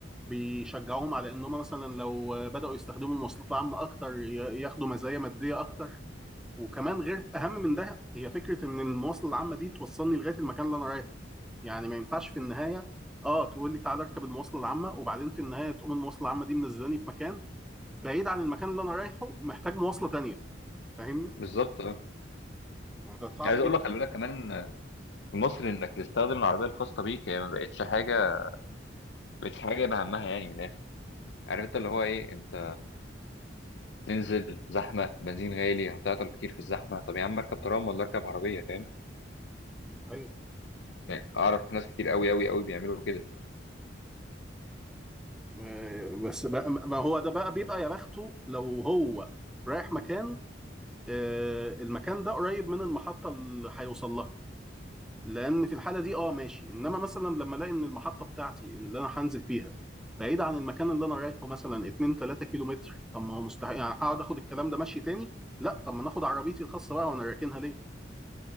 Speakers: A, in the centre; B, on the left.
A: بيشجعوهم على ان هم مثلا لو بداوا يستخدموا المواصلات العامه اكتر ي- ياخدوا مزايا ماديه اكتر وكمان غير اهم من ده هي فكره ان المواصله العامه دي توصلني لغايه المكان اللي انا رايحه يعني ما ينفعش في النهايه اه تقول لي تعالى اركب المواصله العامه وبعدين في النهايه تقوم المواصله العامه دي منزلاني في مكان بعيد عن المكان اللي انا رايحه محتاج مواصله تانية فاهمني
B: بالظبط اه
A: ده صعب
B: عايز اقول
A: جدا
B: لك خلي بالك كمان آه، في مصر انك تستخدم العربيه الخاصه بيك هي ما بقتش حاجه ما بقتش حاجه بهمها يعني من الاخر عارف انت اللي هو ايه انت تنزل زحمه بنزين غالي هتعطل كتير في الزحمه طب يا عم اركب ترام ولا اركب عربيه فاهم
A: صحيح
B: يعني اعرف ناس كتير قوي قوي قوي بيعملوا كده
A: م- بس بقى ما هو ده بقى بيبقى يا بخته لو هو رايح مكان آه، المكان ده قريب من المحطه اللي هيوصل لها لان في الحاله دي اه ماشي انما مثلا لما الاقي ان المحطه بتاعتي اللي انا هنزل فيها بعيده عن المكان اللي انا رايحه مثلا 2 3 كيلو متر طب ما هو مستحيل يعني هقعد اخد الكلام ده ماشي تاني لا طب ما ناخد عربيتي الخاصه بقى وانا راكنها ليه